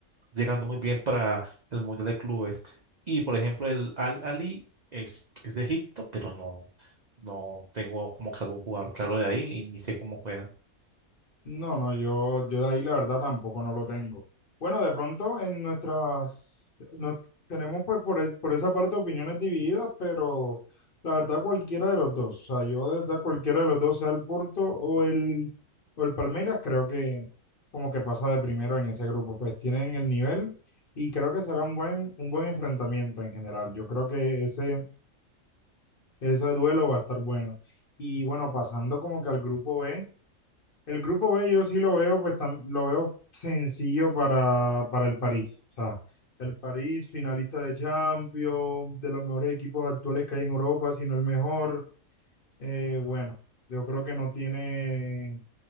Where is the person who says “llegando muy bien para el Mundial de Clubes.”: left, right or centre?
Right